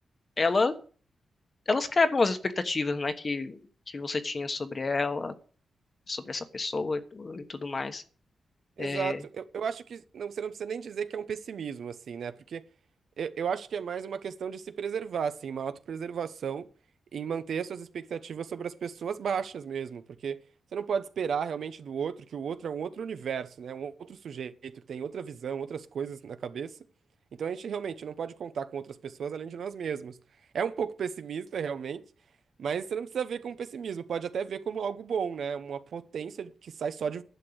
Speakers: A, on the left; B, on the right.
A: ela, elas quebram as expectativas, né? Que, que você tinha sobre ela, sobre essa pessoa e, tu- e tudo mais.
B: Exato.
A: É,
B: Eu, eu acho que não, você não precisa nem dizer que é um pessimismo, assim, né? Porque eu, eu acho que é mais uma questão de se preservar, assim, uma autopreservação em manter as suas expectativas sobre as pessoas baixas mesmo. Porque você não pode esperar realmente do outro, que o outro é um outro universo, né? Um outro sujeito que tem outra visão, outras coisas na cabeça. Então a gente realmente não pode contar com outras pessoas além de nós mesmos. É um pouco pessimista, realmente. Mas você não precisa ver como pessimismo, pode até ver como algo bom, né? Uma potência que sai só de